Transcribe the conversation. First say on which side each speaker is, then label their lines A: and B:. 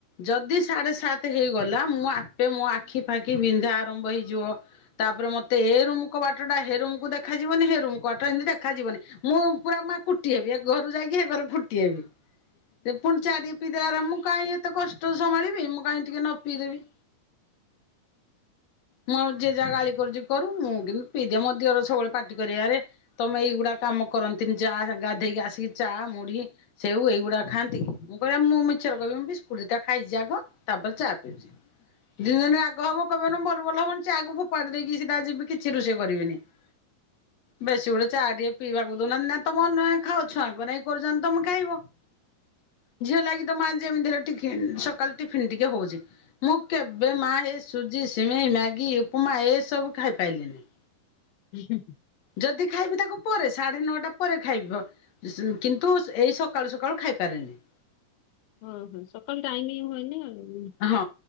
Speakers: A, on the left; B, on the left.
A: ଯଦି ସାଢ଼େ ସାତ ହେଇଗଲା ମୁଁ ଆପେ ମୋ ଆଖି ଫାଖି ବିନ୍ଧା ଆରମ୍ଭ ହେଇଯିବ- ତାପରେ ମତେ ଏ ରୁମ କବାଟଟା ହେରୁମକୁ ଦେଖାଯିବନି ହେ ରୁମ ବାଟ ଏମିତି ଦେଖାଯିବନି ମୁଁ ପୁରା ମା କୁଟି ହେବି ଏ ଘରୁ ଯାଇକି ହେ ଘରେ ଫୁଟି ହେବି ପୁଣି ଚା ଟିକେ ପିଇଦୋର ମୁଁ କାହିଁକି ଏତେ କଷ୍ଟ ସମ୍ଭାଳିବି ମୁଁ କାଇଁ ଟିକେ ନ ପିଇଦେବି ମୁଁ ଆଉ ଯିଏ ଯାହା ଗାଳି କରୁଚି କରୁ ମୁଁ କିନ୍ତୁ ପିଇ ଦିଏ, ମୋ ଦିଅର ସବୁବେଳେ ପାଟି କରିବେ ଆରେ - ତମେ ଏଇଗୁଡା କାମ କରନ୍ତିନି ଯା ଗାଧେଇକି ଆସିକି ଚାହା ମୁଢି ସେଉ ଏଇଗୁଡାକ ଖାନ୍ତି କଇବେ ମୁଁ ମିଛରେ କଇବି ମୁଁ ବିସ୍କୁଟ ଦିଟା ଖାଇଚି ଆଗ ତାପରେ ଚା ପିଉଚି, ଦିନେ ଦିନେ ରାଗ ହବ କେଇବେ ନା <unintelligible> <unintelligible> ଚା କୁ ଫୋପାଡି ଦେଇକି ସିଦା ଯିବି କିଛି ରୁଷେଇ କରିବିନି - ବେଶୀ ଗୁଡେ ଚା ଟିକେ ପିଇବାକୁ ଦଉନାହାନ୍ତି ନା ତମ ଉନ ଖାଅ ଛୁଆଙ୍କୁ ନାଇଁ କରୁଚନ୍ତି ତମେ ଖାଇବ - ଝିଅ ଲାଗି ତ ମା ଯେମିତି ହେଲେ ଟିକ - ସକାଳ ଟିଫିନ୍ ଟିକେ ହଉଚି ମୁଁ କେବେ ମା ହେଇ ସୁଜି ସିମ୍ - ସିମେଁଇ, ମ୍ୟାଗି, ଉପମା ଏସବୁ ଖାଇ ପାଇଲିନି -
B: ହୁଁ ହୁଁ
A: ଯଦି ଖାଇବି ତାକୁ ପରେ ସାଢେ ନଅଟା ପରେ ଖାଇବ - କିନ୍ତୁ ଏଇ ସକାଳୁ ସକାଳୁ ଖାଇ ପାରେନି -
B: ହଁ ହଁ ସକାଳୁ ଟାଇମ ହିଁ ହୁଏନି ଆଉ
A: ହଁ